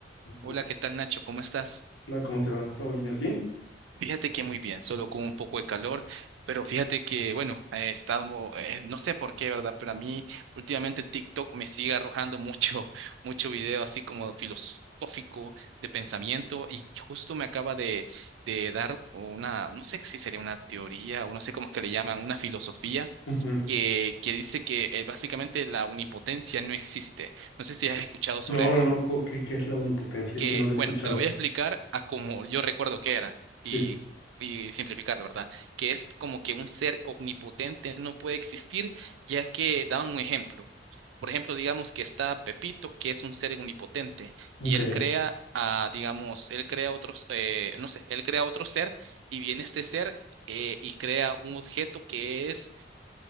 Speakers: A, on the left; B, on the right.
A: Hola,
B: Hola, ¿qué tal Nacho? ¿Cómo estás?
A: ¿cómo te va? ¿Todo bien a ti?
B: Fíjate que muy bien, solo con un poco de calor, pero fíjate que, bueno, he estado eh, no sé por qué, ¿verdad? Pero a mí últimamente TikTok me sigue arrojando mucho, <laughs> mucho video así como filosófico de pensamiento y justo me acaba de, de dar una, no sé si sería una teoría o no sé cómo es que le llaman, una filosofía
A: Ujú.
B: que, que dice que eh, básicamente la omnipotencia no existe. No sé si has escuchado sobre
A: No,
B: eso.
A: no, no, co- ¿qué, qué es la omnipotencia?
B: que,
A: Y si no había
B: bueno,
A: escuchado
B: te lo
A: eso.
B: voy a explicar a como yo recuerdo que era y,
A: Sí,
B: y simplificarlo, ¿verdad? Que es como que un ser omnipotente no puede existir, ya que daban un ejemplo. Por ejemplo, digamos que está Pepito, que es un ser omnipotente,
A: ok,
B: y él crea a, digamos, él crea otros, eh, no sé, él crea otro ser y viene este ser eh, y crea un objeto que es